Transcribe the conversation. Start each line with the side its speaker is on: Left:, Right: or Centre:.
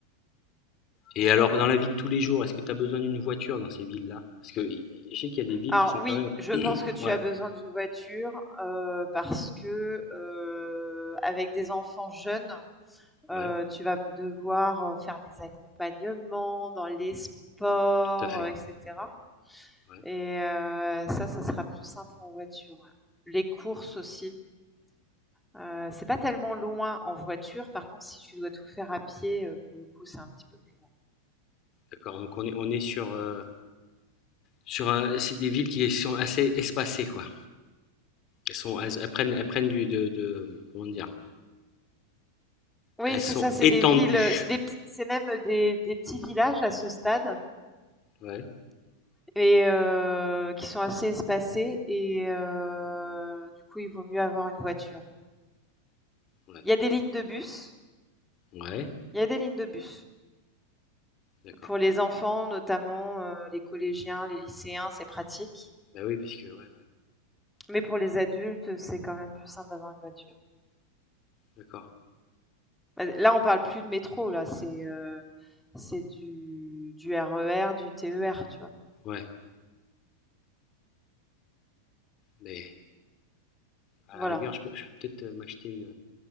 Left: et alors, dans la vie de tous les jours, est-ce que t'as besoin d'une voiture dans ces villes-là Parce que je sais qu'il y a des villes
Centre: Alors
Left: qui sont
Centre: oui,
Left: quand même.
Centre: je pense que tu
Left: Ouais,
Centre: as besoin d'une voiture, heu, parce que, heu, avec des enfants jeunes, heu,
Left: ouais,
Centre: tu vas devoir, heu, faire des accompagnements dans les sports,
Left: tout à fait.
Centre: heu et cetera
Left: Ouais,
Centre: et heu, ça, ça sera plus simple en voiture, ouais. Les courses aussi, heu, c'est pas tellement loin en voiture, par contre si tu dois tout faire à pied, heu, pour le coup, c'est un petit peu plus loin.
Left: d'accord. Donc, on est, on est sur. euh, sur un- c'est des villes qui sont assez espacées, quoi. Elles, sont, elles, elles prennent, elles prennent du. De, de- comment dire
Centre: Oui,
Left: Elles
Centre: c'est
Left: sont
Centre: ça, c'est
Left: étendues.
Centre: des villes, euh, c'est des petits c'est même, des des petits villages à ce stade
Left: Ouais.
Centre: et heu, qui sont assez espacées et heu, du coup, il vaut mieux avoir une voiture.
Left: Ouais.
Centre: Il y a des lignes de bus
Left: Ouais,
Centre: il y a des lignes de bus.
Left: d'accord.
Centre: Pour les enfants notamment, heu, les collégiens, les lycéens, c'est pratique.
Left: Bah oui, parce que, ouais, ouais,
Centre: Mais pour les adultes, c'est quand même plus simple d'avoir une voiture.
Left: d'accord.
Centre: Bah, là, on parle plus de métro là, c'est, heu, c'est du du RER, du TER, tu vois?
Left: Ouais, mais à
Centre: Voilà.
Left: la rigueur, je peux, je peux peut-être euh, m'acheter une,